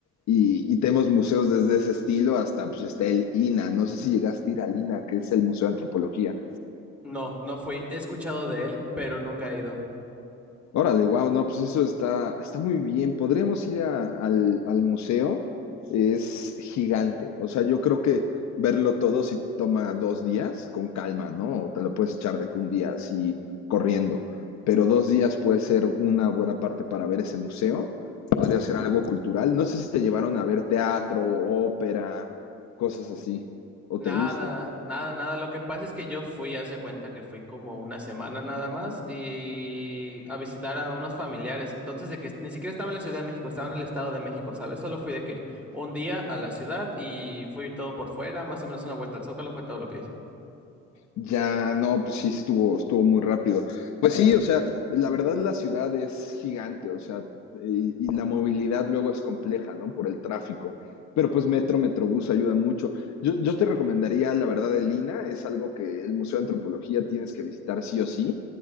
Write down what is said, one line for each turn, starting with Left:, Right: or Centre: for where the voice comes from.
Left: Y, y tenemos museos desde ese estilo hasta, pues está el INA. No sé si llegaste a ir al INA, que es el Museo de Antropología.
Centre: No, no fui. He escuchado de él, pero nunca he ido.
Left: Órale, wow, no, pues eso está, está muy bien. Podríamos ir a- al, al museo, es gigante. O sea, yo creo que verlo todo si toma dos días con calma, ¿no? O te lo puedes echar de que un día así corriendo. Pero dos días puede ser una buena parte para ver ese museo. Podría ser algo cultural. No sé si te llevaron a ver teatro, ópera, cosas así. ¿O
Centre: Nada,
Left: te gusta?
Centre: nada, nada. Lo que pasa es que yo fui, haz de cuenta que fui como una semana nada más y a visitar a unos familiares. Entonces, de que ni siquiera estaba en la Ciudad de México, estaba en el Estado de México, ¿sabes? Solo fui de que un día a la ciudad y fui todo por fuera, más o menos una vuelta al Zócalo, fue todo lo que hice.
Left: Ya, no, pues sí, estuvo, estuvo muy rápido. Pues sí, o sea, la verdad la ciudad es gigante, o sea, y, y la movilidad luego es compleja, ¿no? Por el tráfico. Pero pues metro, metrobús ayuda mucho. Yo, yo te recomendaría, la verdad, el INAH, es algo que el Museo de Antropología tienes que visitar sí o sí,